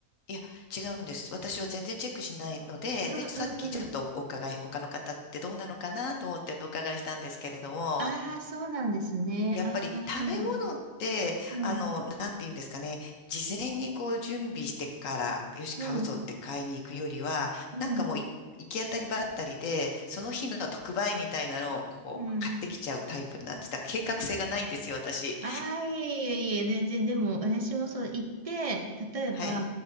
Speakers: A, on the left (about 85°); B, on the right (about 35°).
A: いや、違うんです。私は全然チェックしないので、
B: うんうんうん。
A: で、さっきちょっとお伺い、他の方ってどうなのかなと思ってお伺いしたんですけれども、
B: ああ、そうなんですね。
A: やっぱり食べ物って、
B: ああ、うん、うん、
A: あの、なんて言うんですかね、事前にこう準備してから、よし、
B: うん、
A: 買うぞって買いに行くよりは、
B: うん、
A: なんかもうい行き当たりばったりで、その日の特売みたいなのをこう買ってきちゃうタイプなんです。
B: うん。
A: だから計画性がないんですよ、私。
B: ああ、いえいえいえ、全然、でも、私もそう、行って、例えば、
A: はい。